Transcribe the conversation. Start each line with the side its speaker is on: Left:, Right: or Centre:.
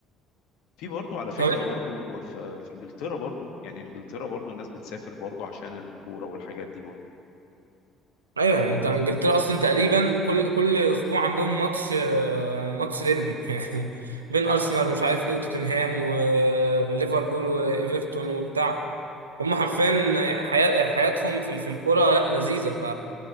Left: في برضه على فكرة
Right: طب
Left: برضه في في انجلترا برضه يعني انجلترا برضه الناس بتسافر برضه عشان الكورة والحاجات دي برضه
Right: ايوه يعني انت انجلترا اصلا تقريبا كل كل اسبوع عندهم ماتش آه، ماتش ديربي <laughs> يعني بين ارسنال ومش عارف ايه وتوتنهام وليفربول وايفرتون وبتاع هم حرفيا حياة حياتهم في في الكوره لا لذيذه ف